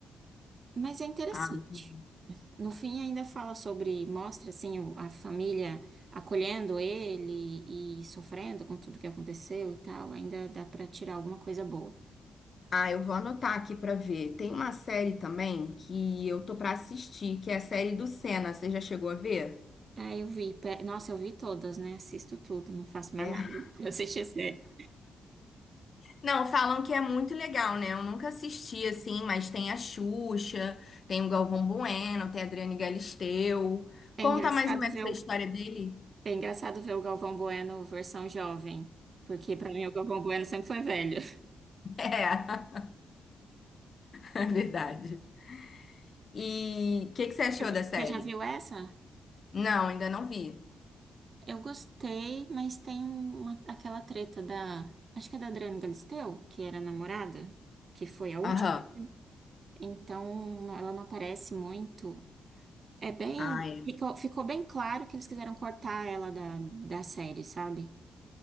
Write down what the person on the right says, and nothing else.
mas é interessante.
No fim, ainda fala sobre, mostra assim o- a família acolhendo ele e sofrendo com tudo que aconteceu e tal, ainda dá pra tirar alguma coisa boa.
Aí eu vi, pe- nossa, eu vi todas, né? Assisto tudo, não faço mais
nada, <laughs> eu assisti a série.
É
engraçado
ver
o,
é engraçado ver o Galvão Bueno versão jovem, porque pra mim o Galvão Bueno sempre foi velho.
<laughs>
Você já viu essa?
Eu gostei, mas tem uma, aquela treta da. Acho que é da Adriana Galisteu, que era a namorada, que foi a última.
Então, não- ela não aparece muito. É bem.
Ficou, ficou bem claro que eles quiseram cortar ela da, da série, sabe?